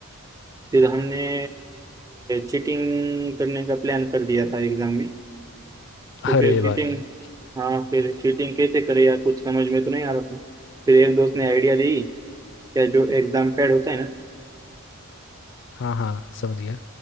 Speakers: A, on the right; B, on the left.
A: फिर हमने चीटिंग करने का प्लान कर दिया था एग्जाम में तो
B: अरे
A: फिर चीटिंग
B: भाई
A: हाँ फिर चीटिंग कैसे करे यार कुछ समझ में तो नहीं आ रहा था फिर एक दोस्त ने आइडिया दी या जो एग्जाम पैड होता है ना
B: हाँ हाँ समझ गया